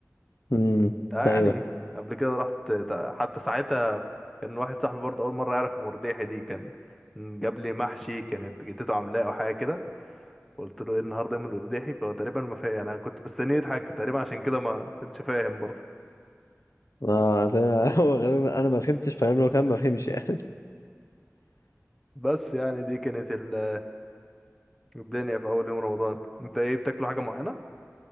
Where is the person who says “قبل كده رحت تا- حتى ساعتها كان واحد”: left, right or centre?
Centre